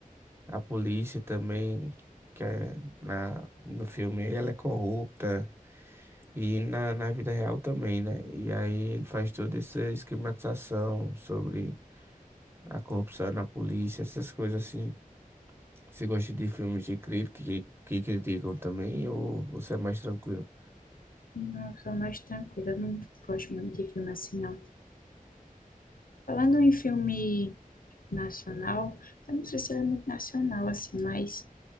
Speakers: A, on the right; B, on the left.
A: à polícia também, que é na, no filme ela é corrupta e na, na vida real também, né? E aí ele faz toda essa esquematização sobre a corrupção na polícia, essas coisas assim. Você gosta de filmes de crítica que, que criticam também ou você é mais tranquilo?
B: Não, eu sou mais tranquila. Eu não gosto muito de filme assim, não. Falando em filme nacional, eu não sei se ele é muito nacional, assim, mas